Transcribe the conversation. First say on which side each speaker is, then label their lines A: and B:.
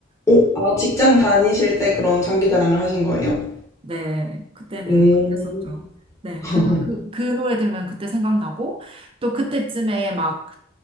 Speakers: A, on the left; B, on the right.
A: 오, 아, 직장 다니실 때 그런 장기 자랑을 하신 거예요?
B: 네, 그때는
A: 오.
B: 그랬었죠. 네,
A: <laughs>
B: 그래서 그, 그 노래 들으면 그때 생각나고 또 그때쯤에 막